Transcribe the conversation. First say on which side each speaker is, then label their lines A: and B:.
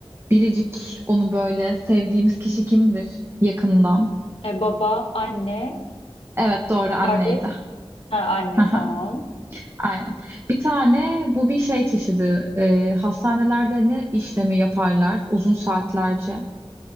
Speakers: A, on the right; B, on the left.
A: biricik onu böyle sevdiğimiz kişi kimdir yakından?
B: Ee, baba, anne,
A: Evet doğru anneydi.
B: kardeş.
A: <laughs>
B: Ha, anne
A: Aha,
B: tamam.
A: Aynen. Bir tane bu bir şey çeşidi. Ee, hastanelerde ne işlemi yaparlar uzun saatlerce?